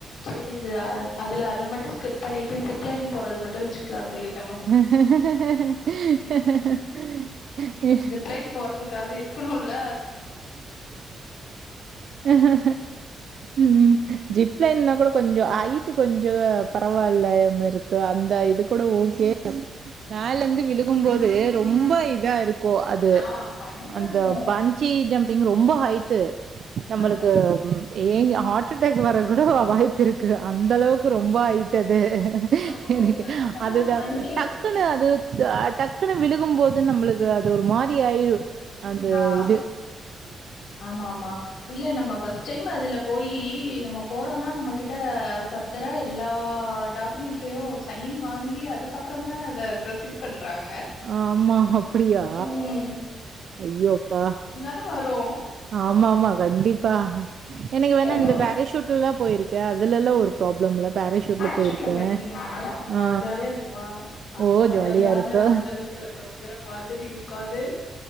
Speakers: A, on the left (about 75°); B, on the right (about 50°).
A: சேரி இந்த அதுல அது மட்டும் ஸ்கிப் பண்ணிட்டு ஜிப் லைன் போறது போறது மட்டு வெச்சிக்கலா தோழி நம்மோ
B: ஹ
A: ஜிப் லைன் போறதுக்காகது இருக்கணுல்ல
B: ஹ ம் ஜிப் லைன்னா கூடோ கொஞ்சோ ஐட் ட்டு கொஞ்சோ பரவால்ல மார் இருக்கு அந்த இது கூட ஓகே மேல இருந்து விழுகும்போது ரொம்ப இத இருக்கு அது
A: ஆ பயமா
B: அந்த
A: இருக்கும்
B: பஞ் சி ஜம்பிங் ரொம்ப ஹைட்டு நம்மளுக்கு
A: ஆ
B: ஏங்க ஹார்ட் அட்டாக் வர கூட வாய்ப்பு இருக்கு அந்த அளவுக்கு ரொம்ப ஐயிட்டு அது
A: ஆமா அவங்க
B: எனக்கு
A: சைன் எல்லாம்
B: அதுதா
A: வாங்கி
B: டக்குனு
A: ப்ரிப்பரேஷனுக்கு
B: அது
A: ஃபர்ஸ்ட்
B: டக்குனு விழுகும் போது நம்மளுக் அது ஒரு மாரி ஆயிரு அந்த
A: ஆ
B: இது
A: ஆமா ஆமா இல்ல நம் ஃபர்ஸ்ட் டைம் அதுல போயி நம்ம போறோம்னா நம்மகிட்ட ஃபர்தரா எல்லா டாக் டாக்குமெண்ட்லையு சைன் வாங்கி அதுக்கு அப்றோ தானே அத ப்ரோசீட் பண்றாங்க
B: ஆமா அப்புடியா
A: ம்
B: ஐயோ அப்பா
A: என்னு வரு
B: ஆமா ஆமா கண்டிப்பா எனக்கு வேணா
A: எங்க
B: இந்த பாராசூட் ல எல்லா போயிருக்கே அதுலல்லா ஒரு ப்ராப்ளம் இல்ல பாராசூட்
A: வீட்டுக்கார
B: சூட்ல போயிருக்கே
A: போயிருக்கீங்களா நல்லா இருக்குமா
B: ஆ
A: ஜாலியா இருக்குமா அதுவு
B: ஓ
A: பயந்தான
B: ஜாலியா இருக்கு
A: அந்தரத்துல தொங்குற மாதிரி இருக்கு அது